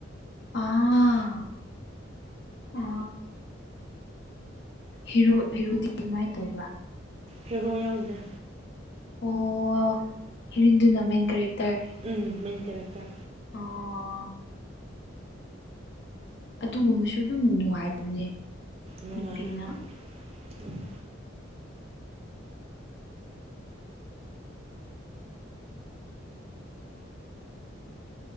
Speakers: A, on the left; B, on the right.
A: ꯑꯥ ꯑ ꯑ ꯍꯤꯔꯣ ꯍꯤꯔꯣꯗꯤ ꯀꯃꯥꯏ ꯇꯧꯕ꯭ꯔꯥ?
B: ꯍꯦꯔꯣ ꯌꯥꯎꯗꯦ꯫
A: ꯑꯣ ꯍꯦꯔꯣꯏꯟꯗꯨꯨꯅ ꯃꯦꯟ ꯀꯦꯔꯦꯛꯇꯔ꯫
B: ꯎꯝ ꯃꯦꯟ ꯀꯦꯔꯦꯛꯇꯔ꯫
A: ꯑꯣ ꯑꯗꯨꯒꯨꯝꯕꯁꯨ ꯑꯗꯨꯝ ꯅꯨꯡꯉꯥꯏꯕꯅꯦ꯫
B: ꯅꯨꯡꯉꯥꯏꯑꯦ
A: ꯅꯨꯄꯤꯅ
B: <unintelligible>